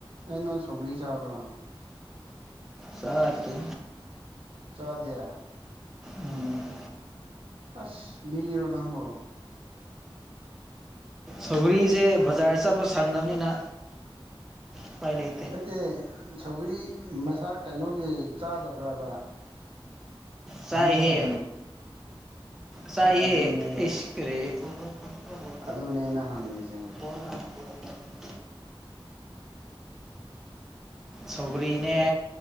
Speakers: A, on the right; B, in the centre.
A: ꯅꯪ ꯅꯪ ꯁꯧꯒ꯭ꯔꯤ ꯆꯥꯕ꯭ꯔꯥ
B: ꯆꯥꯗ꯭ꯔꯤ
A: ꯆꯥꯗꯦ
B: ꯎꯝ
A: ꯑꯁ ꯃꯤꯔꯣ ꯅꯪꯕꯣ
B: ꯁꯧꯒ꯭ꯔꯤꯁꯦ ꯕꯖꯥꯔ ꯆꯠꯄ ꯁꯪꯗꯕꯅꯤꯅ ꯎꯄꯥꯏ ꯂꯩꯇꯦ
A: ꯅꯠꯇꯦ ꯁꯧꯒ꯭ꯔꯤ ꯃꯁꯥ ꯀꯩꯅꯣꯒꯤ ꯆꯥꯗꯕ꯭ꯔꯕ
B: ꯆꯥꯏꯍꯦ
A: ꯃꯍꯧꯁꯥꯗ
B: ꯆꯥꯏꯍꯦ
A: ꯑꯗꯨꯅꯦ
B: ꯏꯁ ꯀꯔꯤ <unintelligible>
A: ꯑꯗꯨꯅꯦꯅ ꯍꯪꯉꯤꯁꯦ
B: ꯁꯧꯒ꯭ꯔꯤꯅꯦ
A: ꯑꯦ